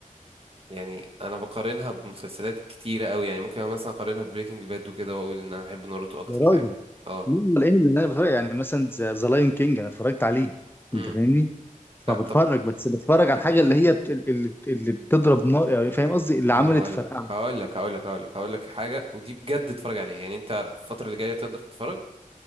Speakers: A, on the right; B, on the left.
A: يعني انا بقارنها بمسلسلات كتيرة قوي يعني ممكن مثلا اقارنها ببريكنج باد وكده واقول ان انا بحب ناروتو اكتر
B: يا راجل
A: فاهم اه
B: مين الانمي اللي انا بتفرج يعني مثلا ذا لاين كينج انا اتفرجت عليه
A: امم
B: انت فاهمني فبتفرج
A: لا طب
B: بس بتفرج على الحاجه اللي هي بت... اللي, اللي بتضرب نار يعني فاهم قصدي اللي عملت
A: هقول
B: فرقعه
A: لك هقول لك هقول لك هقول لك هقول لك حاجه ودي بجد اتفرج عليها يعني انت الفتره اللي جايه تقدر تتفرج